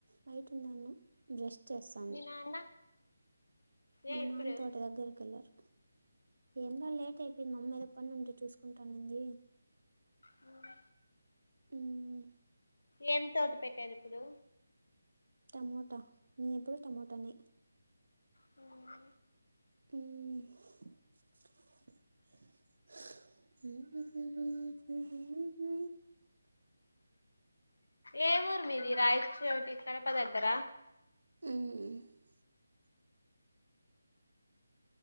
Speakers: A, on the right; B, on the left.
A: బయటుంది యాన్నో, బ్రష్ చేస్తాంది
B: మీ నాన్న ఏ
A: మా
B: ఇప్పుడు
A: నాన్న తోట దగ్గరక్ వెళ్లార్. ఏం లా లేట్ అయిపోయింది మమ్మీ ఏదో పని ఉంటే చూసుకుంటానంది.
B: హ్మ్
A: హ్మ్
B: ఏం తోట పెట్టారు ఇప్పుడు
A: టమోటా నే ఎప్పుడు టమోటానే
B: ఆ
A: హ్మ్
B: ఏ ఊరు మీది రాయచోటి కడప దగ్గర
A: హ్మ్